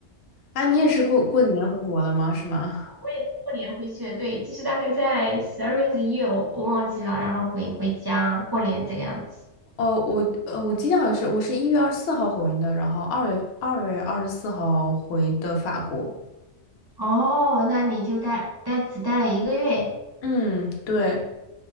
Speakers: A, on the left; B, on the right.
A: 啊，你也是过过年回国了吗？是吗？
B: 我也是过年回去的。对，就是大概在十二月还是一月，我我忘记了，然后回回家过年这个样子。
A: 哦，我呃，我记得好像是我是一月二十四号回的，然后二月二月二十四号回的法国。
B: 哦，那你就待待只待了一个月，
A: 嗯，对，